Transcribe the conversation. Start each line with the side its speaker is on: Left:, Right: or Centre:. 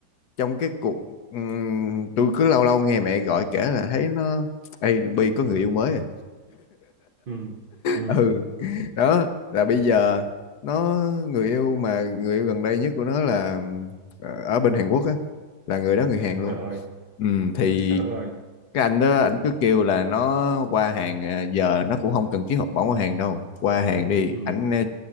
Left: trong cái cuộc ừm, tôi cứ lâu lâu nghe mẹ gọi kể là thấy nó Ê Bi có người yêu mới à
Right: ừ, ừ, ừ.
Left: ừ đó là bây giờ nó người yêu mà người yêu gần đây nhất của nó là ờ, ở bên Hàn Quốc á là người đó người Hàn luôn
Right: trời ơi
Left: ừ, thì
Right: trời đất ơi
Left: cái anh đó anh cứ kêu là nó qua Hàn à, giờ nó cũng không cần ký học bổng ở Hàn đâu qua Hàn đi
Right: ừ,
Left: ảnh ờ,